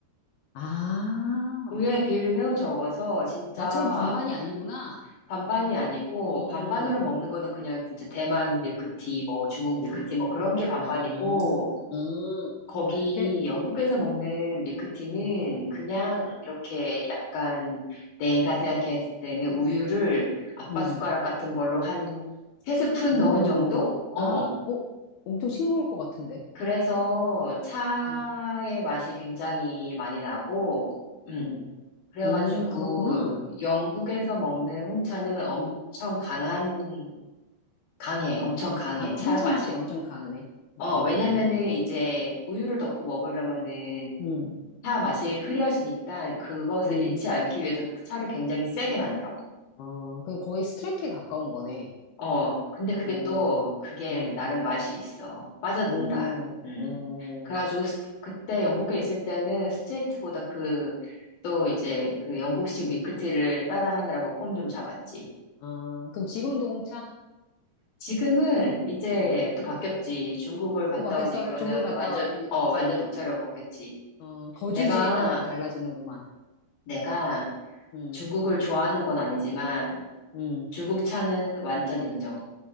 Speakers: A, on the left; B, on the left.
A: 아,
B: 우유의 비율이 매우 적어서 진짜
A: 나처럼 반반이 아니구나.
B: 반반이 아니고
A: 어,
B: 반반으로 먹는 거는 그냥 진짜 대만 밀크티, 뭐 중국 밀크티,
A: 아,
B: 뭐 그런 게 반반이고
A: 아, 음.
B: 거기
A: 걔,
B: 영국에서 먹는 밀크티는
A: 음,
B: 그냥 이렇게 약간 내가 생각했을 때는 우유를 아빠
A: 음,
B: 숟가락 같은 걸로 한 세 스푼
A: 어,
B: 넣은 정도? 어.
A: 아, 어, 엄청 싱거울 것 같은데.
B: 그래서 차의
A: 어,
B: 맛이 굉장히 많이 나고, 음.
A: 음,
B: 그래가지고
A: 음, 그렇구나.
B: 영국에서 먹는 홍차는 엄청 강한, 강해. 엄청 강해.
A: 강,
B: 차
A: 홍차
B: 맛이.
A: 맛이 엄청 강하네.
B: 어,
A: 어,
B: 왜냐면은 이제 우유를 넣고 먹으려면은
A: 음,
B: 차 맛이 흐려지니까 그것을
A: 음,
B: 잃지 않기 위해서 그 차를 굉장히 세게 만들어.
A: 어, 그럼 거의 스트레이트에 가까운 거네.
B: 어, 근데 그게
A: 어,
B: 또, 그게
A: 어,
B: 나름 맛이 있어. 빠져든다.
A: 어,
B: 음.
A: 어,
B: 그래가지고 스- 그때 영국에 있을 때는 스트레이트보다 그, 또 이제 그 영국식 밀크티를 따라하느라고 폼 좀 잡았지.
A: 아, 그럼 지금도 홍차?
B: 지금은 이제
A: 어,
B: 또 바뀌었지. 중국을 갔다
A: 또 바뀌었어?
B: 온 이후로는
A: 중국 갔다
B: 완전,
A: 와가지고 이제,
B: 어,
A: 이제,
B: 완전 녹차로 바뀌었지.
A: 어, 거주지에
B: 내가,
A: 따라 달라지는구만.
B: 내가
A: 음,
B: 중국을 좋아하는 건 아니지만,
A: 음,
B: 중국차는 완전 인정.